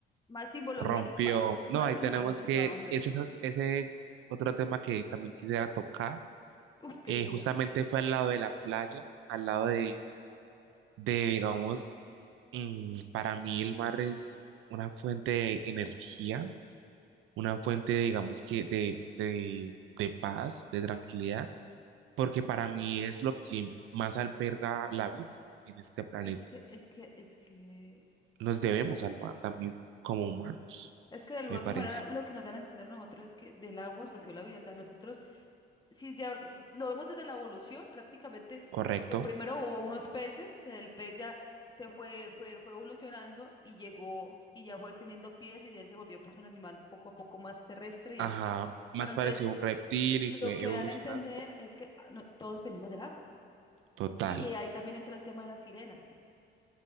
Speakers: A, on the left; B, on the right.
A: más simbología
B: rompió.
A: que para,
B: No,
A: más
B: ahí
A: simbología
B: tenemos
A: que
B: que,
A: para dónde.
B: ese, es o- ese es otro tema que también quisiera tocar.
A: Uf, es que
B: Eh,
A: es muy
B: justamente
A: amplio.
B: fue al lado de la playa, al lado de, de digamos, mm, para mí el mar es una fuente de energía, una fuente, digamos, que de, de, de paz, de tranquilidad porque para mí es lo que más alberga la vida en este planeta.
A: Es que, es que, es que,
B: Nos debemos al mar también como humanos,
A: es que de alguna
B: me
A: otra
B: parece.
A: manera lo que nos dan a entender a nosotros es que del agua surgió la vida. O sea, nosotros si ya lo vemos desde la evolución, prácticamente
B: ¿Correcto?
A: lo que primero hubo unos peces, que del pez ya se fue, fue, fue evolucionando y llegó y ya fue teniendo pies y ya se volvió pues un animal poco a poco más terrestre y
B: Ajá,
A: así.
B: más
A: Pero entonces
B: pareció un reptil y
A: lo
B: fue
A: que
B: evolucionando.
A: dan a entender es que ah, no- todos venimos del agua.
B: Total,
A: Y ahí también entra el tema de las sirenas.